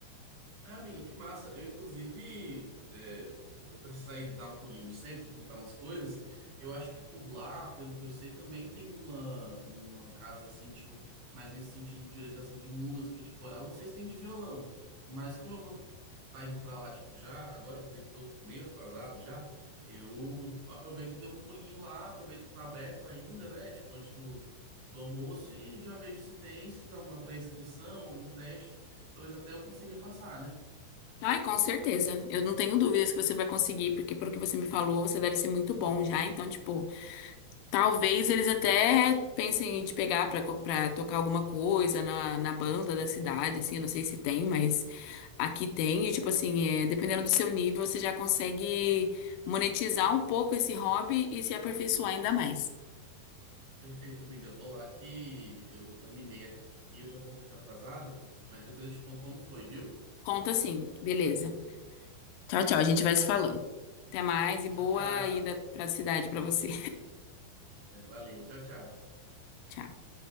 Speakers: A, on the right (about 65°); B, on the left (about 80°).
A: Ah, amiga, que massa. Eu, inclusive, é, vou precisar ir dar um pulinho no centro, comprar umas coisas. Eu acho que por lá, pelo que eu sei, também tem uma, uma casa assim, tipo, mais nesse sentido de orientação de música, de coral. Não sei se tem de violão, mas como eu vou estar indo pra lá, tipo, já, agora, inclusive, tô meio atrasado já, eu aproveito e dou um pulinho lá, aproveito que tá aberto ainda, né? Tipo, antes do, do almoço e já vejo se tem, se tiver uma pré-inscrição, algum teste. Talvez até eu consiga passar, né?
B: Ai, com certeza. Eu não tenho dúvidas que você vai conseguir, porque pelo que você me falou, você deve ser muito bom já. Então, tipo, talvez eles até pensem em te pegar pra, co- pra tocar alguma coisa na, na banda da cidade, assim, eu não sei se tem, mas aqui tem. E, tipo assim, é, dependendo do seu nível, você já consegue monetizar um pouco esse hobby e se aperfeiçoar ainda mais.
A: Perfeito, amiga. Vou lá que eu animei aqui, eu já tô um pouquinho atrasado, mas depois eu te conto como foi, viu?
B: Conta sim, beleza. Tchau, tchau. A gente vai se falando. Até mais e boa
A: Tchau, tchau.
B: ida pra cidade pra você.
A: É, valeu, tchau, tchau.
B: <laughs> Tchau.